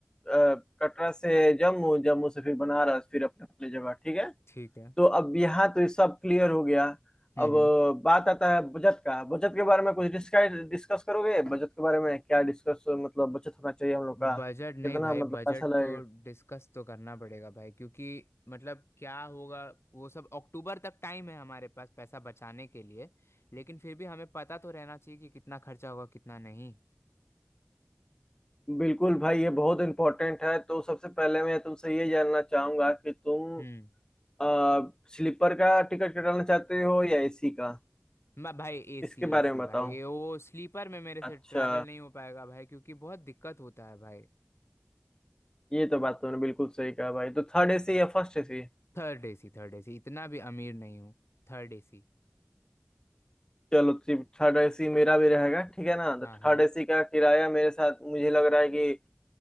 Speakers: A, on the left; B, on the left.
A: अ, कटरा से जम्मू जम्मू से फिर बनारस फिर अपने अपने जगह ठीक है
B: ठीक है
A: तो अब यहाँ तो ये सब क्लियर हो गया
B: हम्म
A: अब अ, बात आता है बजट का बजट के बारे में कुछ डिस्कस डिस्कस करोगे बजट के बारे में क्या डिस्कस मतलब बचत होना चाहिए हम लोग का
B: बजट नहीं
A: कितना
B: भाई
A: मतलब
B: बजट
A: पैसा लगेगा
B: तो डिस्कस तो करना पड़ेगा भाई क्योंकि मतलब क्या होगा वो सब अक्टूबर तक टाइम है हमारे पास पैसा बचाने के लिए लेकिन फिर भी हमें पता तो रहना चाहिए कि कितना खर्चा होगा कितना नहीं
A: बिल्कुल भाई ये बहुत इंपॉर्टेंट है तो सबसे पहले मैं तुमसे ये जानना चाहूंगा कि तुम
B: हम्म
A: अ, स्लीपर का टिकट कटाना चाहते हो या एसी का
B: मैं भाई एसी
A: इसके
B: एसी
A: बारे में बताओ
B: भाई ये वो स्लीपर में मेरे
A: अच्छा
B: से ट्रैवल नहीं हो पाएगा भाई क्योंकि बहुत दिक्कत होता है भाई
A: ये तो बात तुमने बिल्कुल सही कहा भाई तो थर्ड एसी या फर्स्ट एसी
B: थर्ड एसी थर्ड एसी इतना भी अमीर नहीं हूँ Third AC
A: चलो थर्ड एसी मेरा भी रहेगा ठीक है ना तो
B: हाँ
A: थर्ड
B: हाँ
A: एसी का किराया मेरे साथ मुझे लग रहा है कि